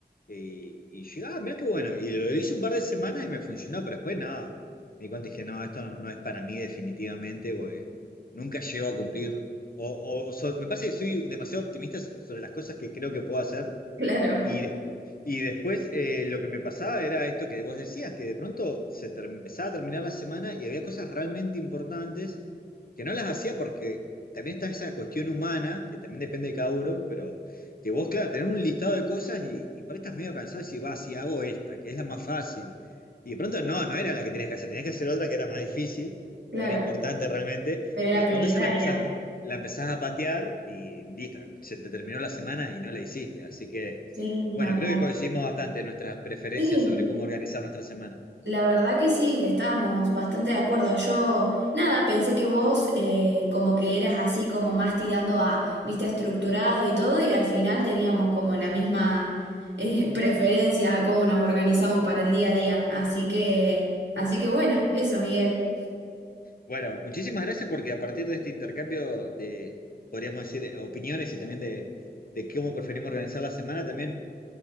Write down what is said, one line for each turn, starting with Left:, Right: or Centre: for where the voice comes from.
Left: eh, y yo, ah, mira qué bueno, y lo hice un par de semanas y me funcionó, pero después nada me di cuenta y dije, no, esto no, no es para mí definitivamente, porque nunca llego a cumplir, o, o- o so- me parece que soy demasiado optimista sobre las cosas que creo que puedo hacer,
Right: Claro,
Left: y, de- y después eh, lo que me pasaba era esto que vos decías, que de pronto se ter- empezaba a terminar la semana y había cosas realmente importantes que no las hacía porque también está esa cuestión humana, que también depende de cada uno, pero que vos, claro, tenés un listado de cosas y, y por ahí estás medio cansado y decís, va, si hago esta, que es la más fácil. Y de pronto no, no era la que tenías que hacer, tenías que hacer otra que era más difícil
Right: claro,
Left: o era importante realmente,
Right: pero era
Left: y de
Right: prioritaria.
Left: pronto esa la empezás, la empezás a patear y listo, se te terminó la semana y no la hiciste. Así que...
Right: Sí, ni
Left: Bueno,
Right: hablar.
Left: creo que coincidimos bastante en nuestras preferencias
Right: Sí,
Left: sobre cómo organizar nuestra semana.
Right: la verdad que sí, estábamos bastante de acuerdo. Yo, nada, pensé que vos eh, como que eras así como más tirando a, viste, estructurado y todo y al final teníamos como la misma eh, <laughs> preferencia a cómo nos organizamos para el día a día. Así que, así que bueno, eso, Miguel.
Left: Bueno, muchísimas gracias porque a partir de este intercambio de, podríamos decir, eh, opiniones y también de, de cómo preferimos organizar la semana, también